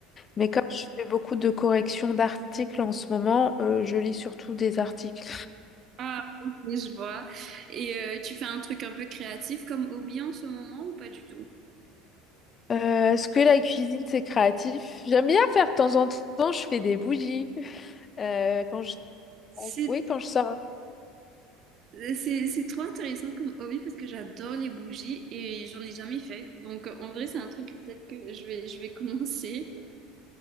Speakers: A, on the left; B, on the right.
A: Mais comme je fais beaucoup de corrections d'articles en ce moment, euh, je lis surtout des articles.
B: Ah, ok, je vois. Et euh, tu fais un truc un peu créatif comme hobby en ce moment ou pas du tout?
A: Euh, est-ce que la cuisine, c'est créatif? J'aime bien faire de temps en temps, je fais des bougies. Euh, quand je...
B: C'est,
A: Oui, quand je sors.
B: c'est, c'est trop intéressant comme hobby parce que j'adore les bougies et j'en ai jamais fait. Donc euh, en vrai, c'est un truc peut-être que je vais, je vais <laughs> commencer.